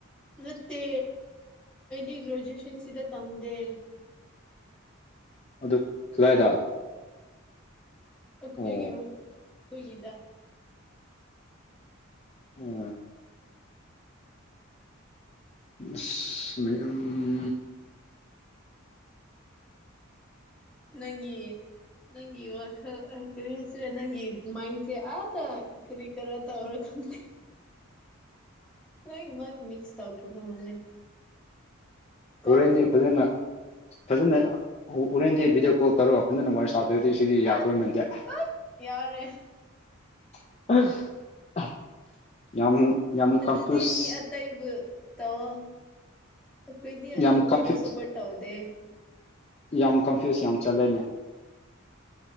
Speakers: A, in the centre; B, on the left.
A: ꯅꯠꯇꯦ ꯑꯩꯗꯤ ꯒ꯭ꯔꯦꯖꯨꯋꯁꯟꯁꯤꯗ ꯇꯝꯗꯦ
B: ꯑꯗꯨ ꯀꯗꯥꯏꯗ
A: ꯑꯩꯈꯣꯏꯒꯤ
B: ꯑꯣ
A: ꯑꯩꯈꯣꯏꯒꯤꯗ
B: ꯑꯣ ꯑꯁ ꯃꯌꯥꯝ
A: ꯅꯪꯒꯤ ꯅꯪꯒꯤ ꯋꯥꯈꯜ ꯀꯔꯤ ꯍꯥꯏꯁꯤꯔꯦ ꯅꯪꯒꯤ ꯃꯥꯏꯟꯁꯦ ꯑꯥꯗ ꯀꯔꯤ ꯀꯔꯥ ꯇꯧꯔ ꯈꯪꯗꯦ ꯂꫭꯏꯅꯃꯥꯛ ꯃꯤꯁ ꯇꯧꯈ꯭ꯔꯕ ꯃꯥꯜꯂꯦ ꯀꯣ
B: ꯍꯣꯔꯦꯟꯅꯦ ꯐꯖꯅ ꯐꯖꯅ ꯑꯣ ꯍꫭꯔꯦꯟꯗꯤ ꯚꯗꯤꯑꯣ ꯀꯣꯜ ꯇꯧꯔꯒ ꯐꯖꯅ ꯋꯥꯔꯤ ꯁꯥꯗꯔꯗꯤ ꯁꯤꯗꯤ ꯌꯥꯗꯣꯏꯃꯦꯟꯗꯦ
A: ꯑꯠ ꯌꯥꯔꯦ
B: <unintelligible> ꯌꯥꯝ ꯌꯥꯝ
A: ꯑꯗꯨꯗꯤ
B: ꯀꯟꯐ꯭ꯌꯨꯁ
A: ꯃꯤ ꯑꯇꯩꯕꯨ ꯇꯑꯣ ꯑꯩꯈꯣꯏꯗꯤ ꯑꯗꯨꯈꯣꯏꯗꫭ
B: ꯌꯥꯝ ꯀꯟꯐ꯭ꯌꯨꯁ
A: ꯁꯄꯣꯔꯠ ꯇꯥꯎꯗꯦ
B: ꯌꯥꯝ ꯀꯟꯐ꯭ꯌꯨꯁ ꯌꯥꯝ ꯆꯠꯂꯦꯅꯦ